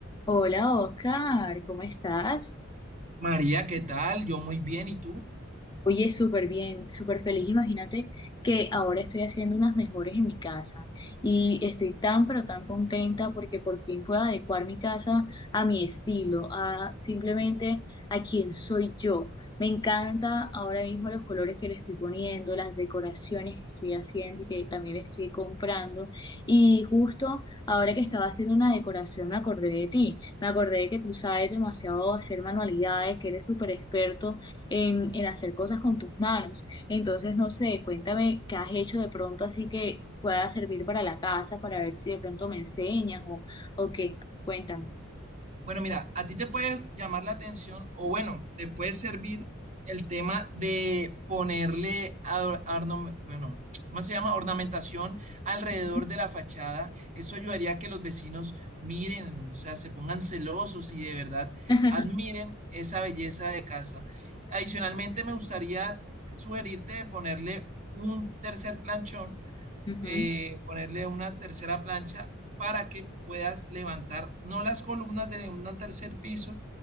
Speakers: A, on the left; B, on the right.
A: Hola Oscar, ¿cómo estás?
B: María, ¿qué tal? Yo muy bien, ¿y tú?
A: Oye, súper bien, súper feliz. Imagínate que ahora estoy haciendo unas mejores en mi casa y estoy tan, pero tan contenta porque por fin puedo adecuar mi casa a mi estilo, a simplemente a quién soy yo. Me encanta ahora mismo los colores que le estoy poniendo, las decoraciones que estoy haciendo y que también estoy comprando. Y justo ahora que estaba haciendo una decoración me acordé de ti. Me acordé de que tú sabes demasiado hacer manualidades, que eres súper experto en, en hacer cosas con tus manos. Entonces, no sé, cuéntame qué has hecho de pronto así que pueda servir para la casa, para ver si de pronto me enseñas o, o qué. Cuéntame.
B: Bueno, mira, a ti te puede llamar la atención o bueno, te puede servir el tema de ponerle, a- arnom- bueno, ¿cómo se llama? Ornamentación alrededor
A: Ujú.
B: de la fachada. Eso ayudaría a que los vecinos miren, o sea, se pongan celosos y de verdad
A: <laughs>
B: admiren esa belleza de casa. Adicionalmente, me gustaría sugerirte de ponerle un tercer planchón
A: Ujú,
B: eh, ponerle una tercera plancha para que puedas levantar no las columnas de un tercer piso,